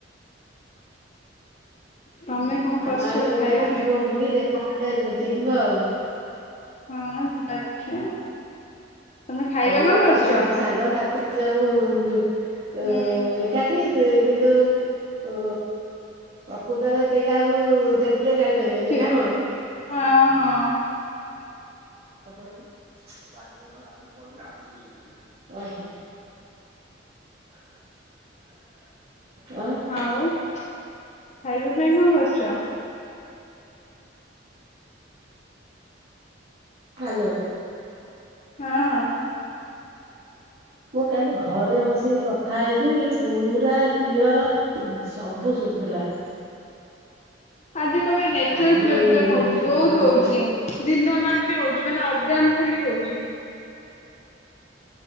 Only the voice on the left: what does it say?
ତମେ କଣ
କରିଛ
ଖାଇବା
ପାଇଁ?
ହଁ ଯିବା ଦେଖିଆ ଆଉ। ତମେ ଖାଇବା
କଣ
କରିଛ?
ହୁଁ
ଚିନ୍
ହଁ ହଁ।
<inaudible>
ଆଉ। ଖାଇବା ପାଇଁ କଣ କରୁଛ?
ହଁ ଅଁ।
ଆଜି କେବେ ନେଟ୍
ୱାର୍କ ପ୍ରୋବ୍ଲେମ
ହଉଛି।
ବହୁତ
ହଉଛି। ଦିନ ମାନ ହଉଛି। ମାନେ ଅପ୍ ଡାଉନ୍ ଖାଲି ହଉଛି।